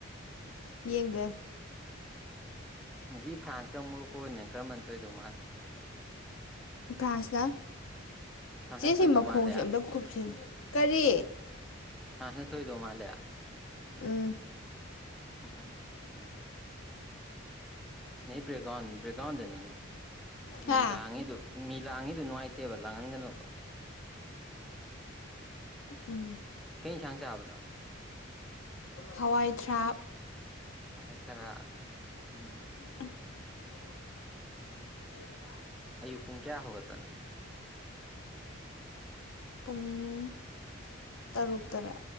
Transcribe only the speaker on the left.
ꯌꯦꯡꯗꯦ
ꯐ꯭ꯔꯥꯟꯁꯅ
ꯆꯦꯁꯤ
ꯃꯈꯣꯡꯁꯦ
ꯑꯝꯇ ꯀꯨꯞꯁꯤꯝ ꯀꯔꯤ
ꯎꯝ
<inaudible>
ꯍꯥ
ꯎꯝ
ꯍꯋꯥꯏ ꯊ꯭ꯔꯥꯛ
<unintelligible>
ꯄꯨꯡ ꯇꯔꯨꯛꯇꯔꯥ